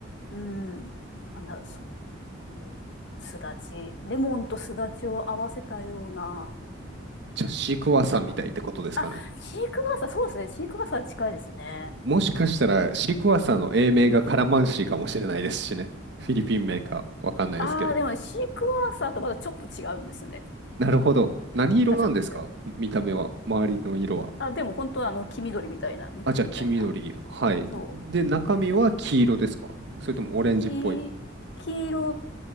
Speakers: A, on the left; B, on the right.
A: うん、なんだろう、そ、うん、すだち。レモンとすだちを合わせたような
B: じゃあ、シークワーサーみたいってことですかね。
A: 感じ。あ、シークワーサー、そうですね。シークワーサー近いですね。
B: もしかしたら、シークワーサーの英名がカラマンシーかもしれないですしね。フィリピンメーカー、わかんないですけど。
A: ああ、でもね、シークワーサーとまたちょっと違うんですよね。
B: なるほど。何色なんですか見た目は、
A: またちょっと違う。
B: 周りの色は。
A: あ、でも本当はあの、黄緑みたいな、緑みたいな。
B: あ、じゃあ、黄緑。はい。
A: そう。
B: で、中身は黄色ですかそれともオレンジっぽい。
A: 黄、黄色